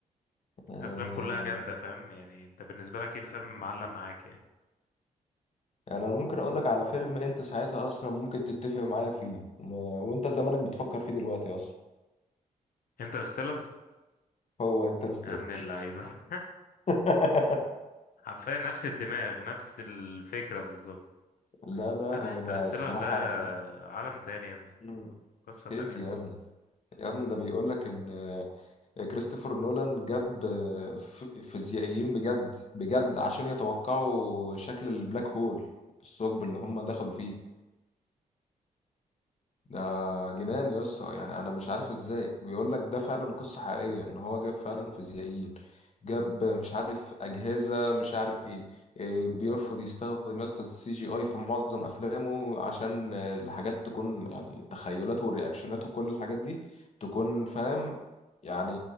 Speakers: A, on the left; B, on the left.
A: آه،
B: افلام كلها جامده فاهم يعني انت بالنسبه لك ايه الفيلم اللي معلق معاك يعني
A: يعني انا ممكن اقول لك على فيلم انت ساعتها اصلا ممكن تتفق معايا فيه وم- وانت زمانك بتفكر فيه دلوقتي اصلا
B: انترستيلر
A: هو انترستيلر
B: يا ابن اللعيبه
A: <laughs>
B: <laughs> حرفيا نفس الدماغ نفس الفكره بالظبط
A: لا لا
B: لا
A: هو
B: لا انترستيلر
A: ما الصراحه
B: ده
A: هو-
B: عالم تاني يا ابني
A: مم.
B: قصه
A: فيزياء
B: تانية خالص
A: يا ابني يا ابني ده بيقول لك ان كريستوفر نولان جاب آه، ف- فيزيائيين بجد بجد عشان يتوقعوا شكل البلاك هول الثقب اللي هم دخلوا فيه ده جنان يا اسطى يعني انا مش عارف ازاي بيقول لك ده فعلا قصة حقيقية ان هو جاب فعلا فيزيائيين جاب مش عارف اجهزة مش عارف ايه إيه، بيرفض يستخدم يسطا السي جي اي في معظم افلامه عشان آه، الحاجات تكون يعني التخيلات والرياكشنات وكل الحاجات دي تكون فاهم يعني